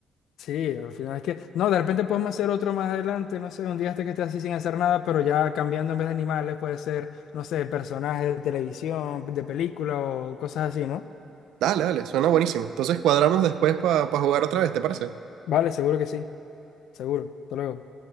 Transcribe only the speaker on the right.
Dale, dale, suena buenísimo. Entonces cuadramos después para jugar otra vez, ¿te parece?